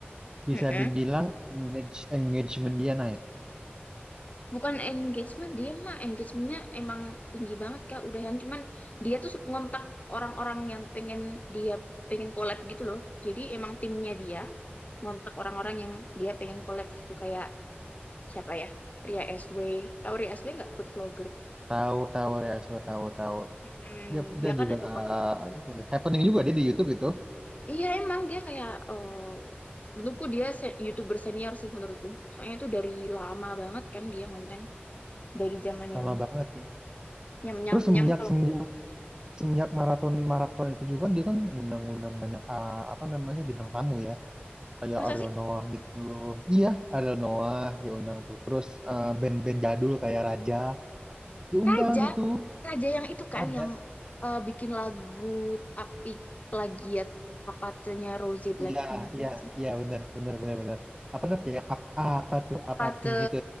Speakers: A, on the right; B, on the left.
A: bisa
B: Mm-mm.
A: dibilang engage- engagement dia naik.
B: Bukan engagement, dia mah engagementnya emang tinggi banget Kak, udahan. Cuman dia tuh ngontak orang-orang yang pengen dia pengen collab gitu loh. Jadi emang timnya dia ngontak orang-orang yang dia pengen collab gitu kayak siapa ya? Ria SW. Tahu Ria SW nggak? Good vlogger.
A: Tahu tahu ya, tahu tahu.
B: Hmm,
A: dia
B: dia
A: dia
B: kan
A: juga
B: ada konten gitu.
A: eh, itu happening juga dia di YouTube itu
B: Iya emang dia kayak eh menurutku dia se- YouTuber senior sih menurutku. Soalnya tuh dari lama banget kan dia konten dari zaman
A: Lama
B: yang
A: banget ya.
B: nyam nyam
A: Terus semenjak
B: nyam kalau
A: semenjak semenjak maraton maraton itu juga kan dia kan ngundang-ngundang banyak ah, apa namanya bintang tamu ya. Kayak
B: masa
A: Ariel
B: sih
A: Noah gitu. Iya, Ariel Noah dia undang tuh. Terus eh, band-band jadul kayak Raja diundang
B: Raja,
A: itu.
B: Raja yang itu
A: Raja.
B: kan yang eh, bikin lagu tapi plagiat papatenya Rosé Blackpink
A: Iya,
B: itu
A: iya,
B: nggak sih?
A: iya benar, benar, benar, benar. Apa tuh? Ya, ap- apa tuh?
B: Papate,
A: Apa tuh yang gitu.